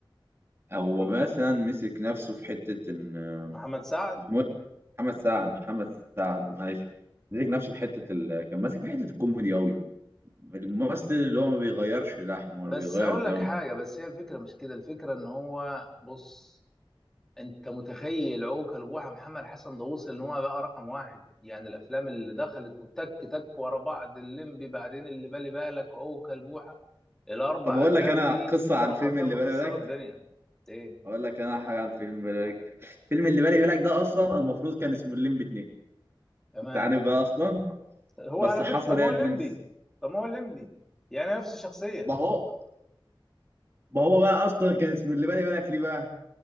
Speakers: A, on the right; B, in the centre.
A: هو
B: محم-
A: مثلا مسك نفسه في حته ان
B: محمد سعد
A: محمود محمد سعد محمد سعد معلش مسك نفسه في حته ال... كان ماسك في حته الكوميدي قوي الممثل اللي هو ما بيغيرش لحمه ولا
B: بس
A: بيغير
B: اقول
A: دمه
B: لك حاجه بس هي الفكره مش كده الفكره ان هو بص انت متخيل عوكل بوحة محمد حسن ده وصل ان هو بقى رقم واحد يعني الافلام اللي دخلت وتك تك ورا بعض الليمبي بعدين اللي بالي بالك عوكل بوحة الاربع
A: طب اقول
B: افلام
A: لك انا
B: دي
A: قصه
B: كانوا
A: عن فيلم
B: حرفيا
A: اللي
B: مكسروا
A: بالي بالك
B: الدنيا ايه
A: اقول لك انا حاجه عن فيلم بالي بالك فيلم اللي بالي بالك ده اصلا المفروض كان اسمه الليمبي 2
B: تمام
A: انت عارف بقى اصلا
B: هو
A: بس
B: على
A: حصل
B: فكرة طب ما
A: ايه
B: هو
A: يا
B: الليمبي
A: برنس
B: طب ما هو الليمبي يعني نفس الشخصية
A: ما هو ما هو بقى اصلا كان اسمه اللي بالي بالك ليه بقى